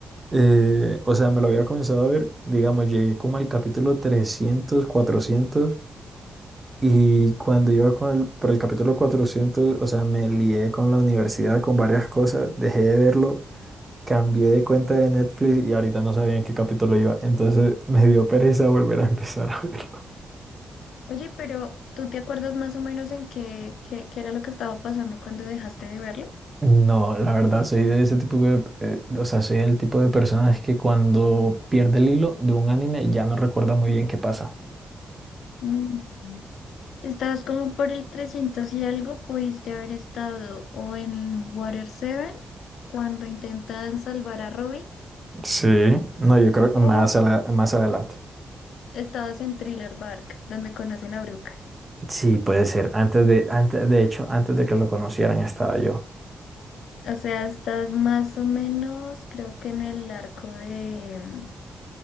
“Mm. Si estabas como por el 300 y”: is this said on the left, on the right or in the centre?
Left